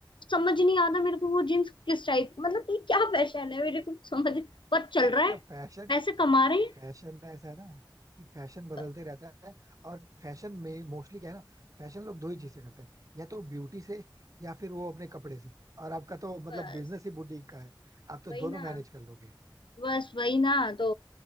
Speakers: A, on the left (about 75°); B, on the right (about 45°).
A: समझ नहीं आता मेरे को वो जींस किस टाइप मतलब ये क्या फैशन है मेरे को समझ पर चल
B: <laughs> नहीं
A: रहा है
B: अब फैशन
A: पैसे कमा रहे हैं
B: फैशन ऐसा है ना कि फैशन बदलते
A: ब-
B: रहता है और फैशन में मोस्टली क्या है ना फैशन लोग दो ही चीजें करते हैं या तो ब्यूटी से या फिर वो अपने कपड़े से और आपका तो
A: बस
B: मतलब बिजनेस ही बुटीक का है आप तो
A: वही
B: दोनों
A: ना
B: मैनेज कर लोगे
A: बस वही ना तो